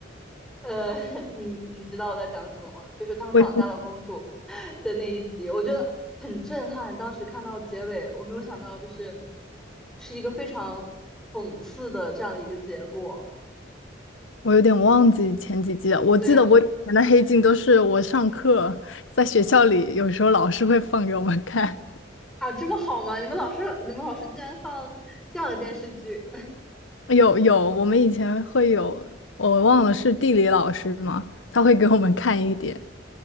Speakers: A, in the centre; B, on the left (about 80°).
A: 呃，<laughs> 你你知道我在讲什么吗？就是他们绑架了公主
B: 我已经
A: <laughs> 的那一集，我觉得很震撼。当时看到结尾，我没有想到，就是是一个非常讽刺的这样的一个结果。
B: 我有点忘记前几季了，我记得我以前的黑镜都是我上课在学校里，
A: 对
B: 有时候老师会放给我们看。
A: 啊，这么好吗？你们老师，你们老师竟然放这样的电视剧，
B: 有有，我们以前会有，我忘了是地理老师吗？他会给我们看一点